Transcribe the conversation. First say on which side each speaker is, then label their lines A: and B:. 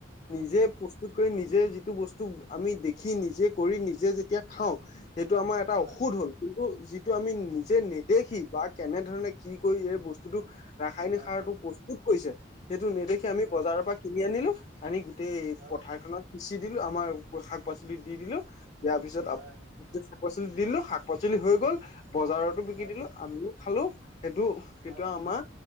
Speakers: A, on the right (about 85°); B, on the left (about 35°).
A: হয়,
B: নিজে প্ৰস্টুত প্ৰস্তুত কৰি, নিজে যিটো বস্তু আমি দেখি, নিজে কৰি নিজে যেতিয়া খাওঁ। সেইটো আমাৰ এটা
A: হয়,
B: ঔষধ হ'ল। সেইটো যিটো আমি নিজে নেদেখি বা কেনে ধৰণে কি কৰি এই বস্তুটো ৰাসায়নিক
A: হয়, হয়,
B: সাৰটো
A: হয়,
B: প্ৰস্তুত কৰিছে। সেইটো নেদেখি আমি
A: হয়,
B: বজাৰৰ পৰা কিনি আনিলো। আনি গোটেই
A: হয়, হয়,
B: পথাৰখনত সিচি দিলো। আমাৰ শাক পাচলিট দি দিলো। ইয়াৰ পিছত
A: হয়,
B: পাচলিত দিলো শাক পাচলি হৈ গ'ল বজাৰতো বিকি
A: হয়,
B: দিলো আমিও খালো। সেইটো, সেইটোৱেই
A: হয়, হয়,
B: আমাৰ